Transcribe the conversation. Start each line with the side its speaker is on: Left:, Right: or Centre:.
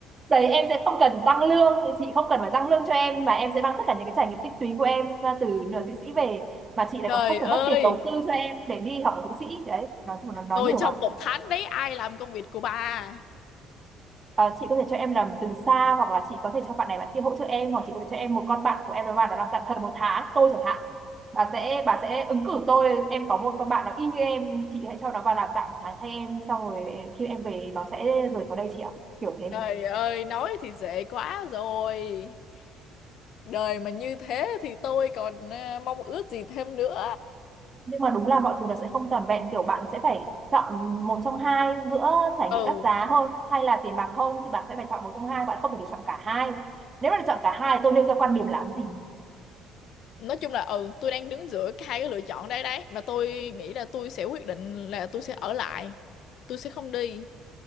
Right: đấy em sẽ không cần tăng lương chị không cần phải tăng lương cho em mà em sẽ mang tất cả những cái trải nghiệm tích lũy của em ra từ nửa thụy sĩ về mà chị lại
Left: Trời
Right: còn không
Left: ơi,
Right: phải mất tiền đầu tư cho em để đi học ở thụy sĩ đấy nói chung là nó nói
Left: rồi
Right: nhiều
Left: trong
Right: bà
Left: một tháng đấy ai làm công việc của bà?
Right: Ờ, chị có thể cho em làm từ xa hoặc là chị có thể cho bạn này bạn kia hỗ trợ em hoặc chị có thể cho em một con bạn của em nó vào nó làm tạm thời một tháng tôi chẳng hạn bà sẽ bà sẽ ứng cử tôi em có một con bạn nó y như em chị hãy cho nó vào làm tạm một tháng thay em xong rồi khi em về nó sẽ rời khỏi đây chị ạ kiểu thế
Left: Trời ơi, nói thì dễ quá rồi. Đời mà như thế thì tôi còn ờ, mong ước gì thêm nữa.
Right: nhưng mà đúng là mọi thứ nó sẽ không toàn vẹn kiểu bạn sẽ phải chọn một trong hai giữa trải
Left: Ừ,
Right: nghiệm đắt giá hơn hay là tiền bạc hơn thì bạn sẽ phải chọn một trong hai bạn không thể được chọn cả hai nếu mà được chọn cả hai tôi nêu ra quan điểm làm gì
Left: nói chung là ừ, tôi đang đứng giữa hai cái lựa chọn đây đấy và tôi nghĩ là tôi sẽ quyết định là tôi sẽ ở lại. Tôi sẽ không đi.